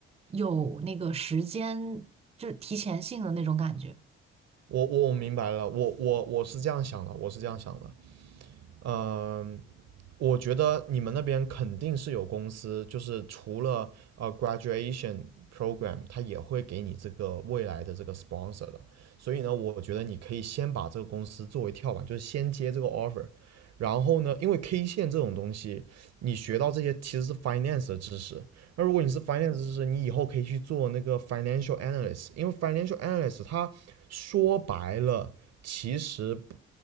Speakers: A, on the right; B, on the right.
A: 有那个时间就是提前性的那种感觉。
B: 我我我明白了，我我我是这样想的，我是这样想的，嗯、呃我觉得你们那边肯定是有公司，就是除了呃 graduation program，它也会给你这个未来的这个 sponsor 的。所以呢，我觉得你可以先把这个公司作为跳板，就是先接这个 offer。然后呢，因为 K 线这种东西，你学到这些其实是 finance 的知识。那如果你是 finance 知识，你以后可以去做那个 financial analyst，因为 financial analyst 它说白了，其实